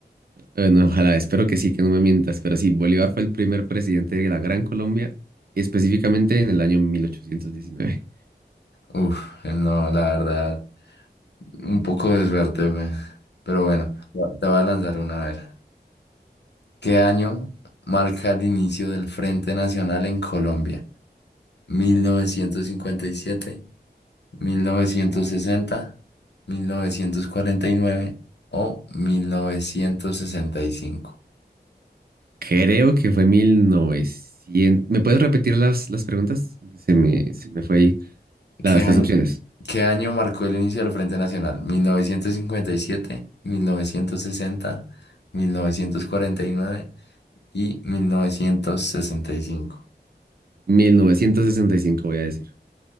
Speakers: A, on the right; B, on the left.
A: Bueno, ojalá, espero que sí, que no me mientas. Pero sí, Bolívar fue el primer presidente de la Gran Colombia, específicamente en el año 1819.
B: Uf, no, la verdad, un poco de suerte, pues. Pero bueno, te voy a lanzar una a ver. ¿Qué año marca el inicio del Frente Nacional en Colombia? ¿1957, 1960, 1949 o 1965?
A: Creo que fue 1900. ¿Me puedes repetir las, las preguntas? Se me, se me fue ahí las,
B: ¿Qué año,
A: las opciones.
B: qué año marcó el inicio del Frente Nacional? ¿1957, 1960, 1949 y 1965?
A: 1965 voy a decir.